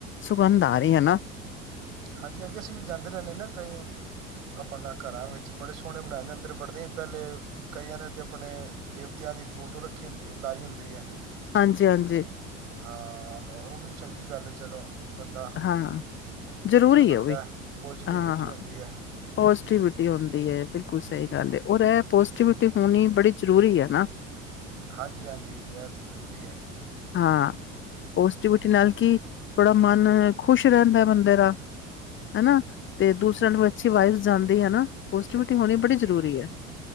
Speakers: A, on the left; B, on the right.
A: ਸੁਗੰਧ ਆ ਰਹੀ ਹੈ ਨਾ
B: ਹਾਂਜੀ ਹਾਂਜੀ ਅਸੀਂ ਵੀ ਜਾਂਦੇ ਰਹਿਣੇ ਨਾ ਕਈ ਆਪਣਾ ਘਰਾਂ ਵਿੱਚ ਬੜੇ ਸੋਹਣੇ ਬਣਾਏ ਜਾਂਦੇ ਅੰਦਰ ਬੜਦੇ ਹੀ ਪਹਿਲੇ ਕਈਆਂ ਨੇ ਤੇ ਆਪਣੇ ਦੇਵਤਿਆਂ ਦੀ ਫੋਟੋ ਰੱਖੀ ਹੁੰਦੀ ਲਾਈ ਹੁੰਦੀ ਹੈ
A: ਹਾਂਜੀ-ਹਾਂਜੀ
B: ਹਾਂ ਉਹ ਵੀ ਚੰਗੀ ਗੱਲ ਚਲੋ ਬੰਦਾ
A: ਹਾਂ ਜ਼ਰੂਰੀ
B: ਅੰਦਰ ਵੜਦਾ
A: ਹੈ ਉਹ ਵੀ
B: ਪੋਜ਼ਟਿਵਿਟੀ
A: ਹਾਂ ਹਾਂ
B: ਹੁੰਦੀ ਹੈ
A: ਪੋਜ਼ਟੀਿਵਿਟੀ ਹੁੰਦੀ ਹੈ ਬਿਲਕੁਲ ਸਹੀ ਗੱਲ ਇਹ ਪੋਜ਼ਟੀਿਵਿਟੀ ਹੋਣੀ ਬੜੀ ਜ਼ਰੂਰੀ ਹੈ ਨਾ
B: ਹਾਂਜੀ ਹਾਂਜੀ ਇਹ ਤਾਂ ਜ਼ਰੂਰੀ ਹੈ
A: ਹਾਂ ਸ਼ਟੀ ਗੁਟੀ ਨਾਲਲਕ ਥੋੜਾ ਮਨ ਖੁਸ਼ ਰਹਿੰਦਾ ਬੰਦੇ ਦਾ ਹਨਾ ਤੇ ਦੂਸਰਿਆਂ ਨੂੰ ਅੱਛੀ ਵਾਈਫ ਜਾਂਦੀ ਹਨਾ ਪੋਜ਼ਟੀਿਵਿਟੀ ਹੋਣੀ ਬੜੀ ਜ਼ਰੂਰੀ ਹੈ